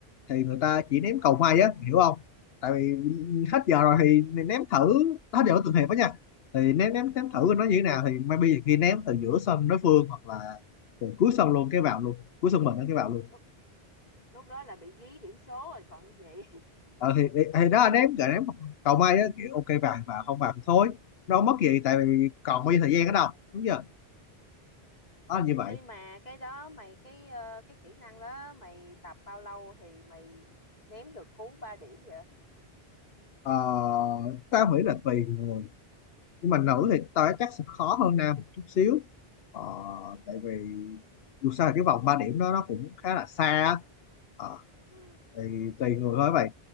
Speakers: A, on the left; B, on the left.
A: thì người ta chỉ ném
B: Ừ.
A: cầu may á hiểu không tại vì hết giờ rồi thì ném thử hết giờ của từng hiệp đó nha thì ném ném ném thử nó như thế nào thì maybe khi ném từ giữa sân đối phương hoặc là từ cuối sân luôn cái vào luôn cuối sân mình nó cái vào luôn
B: Lúc, lúc đó là bị dí điểm số rồi còn gì. <laughs>
A: ờ, thì, thì, thì đó anh em gợi ném cầu may á kiểu ok vàng và không vàng thì thôi nó không mất gì tại vì còn bao nhiêu thời gian ở đâu đúng chưa đó là như vậy
B: Ê mà cái đó mày cái ờ, cái kỹ năng đó mày tập bao lâu thì mày ném được cú 3 điểm vậy?
A: ờ, tao nghĩ là tùy người nhưng mà nữ thì tao chắc sẽ khó hơn nam một chút xíu ờ, tại vì dù sao là cái vòng 3 điểm đó nó cũng khá là xa á. ờ,
B: Ừ.
A: thì tùy người thôi vậy